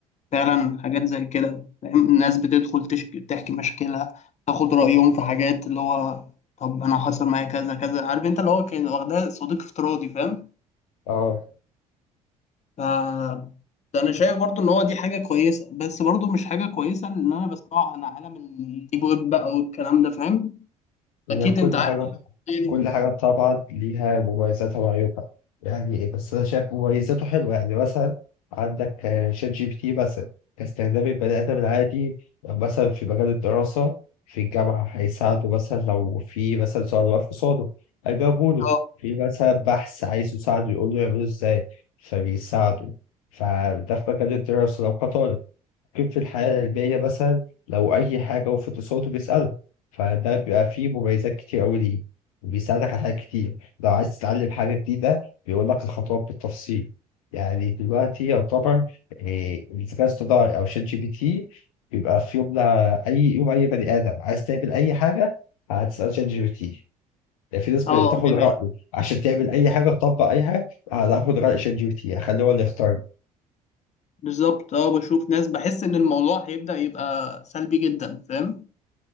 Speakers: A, on the left (about 35°); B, on the left (about 65°).
A: فعلا حاجات زي كده فاهم الناس بتدخل تشكي تحكي مشاكلها تاخد رأيهم في حاجات اللي هو طب أنا حصل معايا كذا كذا عارف أنت اللي هو كان واخدها صديق افتراضي فاهم
B: اه
A: ف ده أنا شايف برضو إن هو دي حاجة كويسة بس برضو مش حاجة كويسة إن أنا بسمعه عن عالم الديب ويب بقى والكلام ده فاهم
B: هي
A: أكيد
B: كل
A: أنت عارف
B: حاجه
A: الحكاية
B: كل
A: دي
B: حاجة طبعا ليها مميزاتها وعيوبها يعني إيه؟ بس أنا شايف مميزاته حلوة يعني مثلا عندك آه، شات جي بي تي مثلا كاستخدام البني آدم العادي لو مثلا في مجال الدراسة في الجامعة هيساعده مثلا لو في مثلا سؤال واقف قصاده هيجاوبه له
A: أه
B: في مثلا بحث عايز يساعده يقول له يعمله إزاي فبيساعده فده في مجال الدراسة لو كطالب كيف في الحياة العلمية مثلا لو أي حاجة وقفت قصاده بيسأله فده بيبقى فيه مميزات كتير أوي ليه وبيساعدك على حاجات كتير لو عايز تتعلم حاجة جديدة بيقول لك الخطوات بالتفصيل يعني دلوقتي يعتبر إيه، الذكاء الاصطناعي أو شات جي بي تي بيبقى في يوم أي يوم أي بني آدم عايز تعمل أي حاجة هتسأل شات جي بي تي يعني في ناس
A: أه
B: بتاخد
A: دي
B: رأيه
A: حقيقة
B: عشان تعمل أي حاجة تطبق أي حاجة هتاخد رأي شات جي بي تي هخليه هو اللي يختار
A: بالظبط أه بشوف ناس بحس إن الموضوع هيبدأ يبقى سلبي جدا فاهم